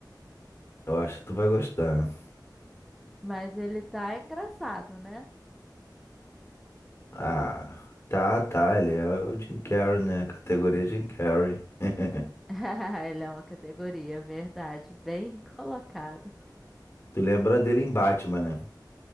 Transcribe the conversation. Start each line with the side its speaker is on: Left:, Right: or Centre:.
Left: Eu acho que tu vai gostar.
Centre: Mas ele tá engraçado, né?
Left: Ah, tá, tá. Ele é o Jim Carrey, né? Categoria Jim Carrey. <laughs>
Centre: <laughs> Ele é uma categoria, verdade. Bem colocado.
Left: Tu lembra dele em Batman, né?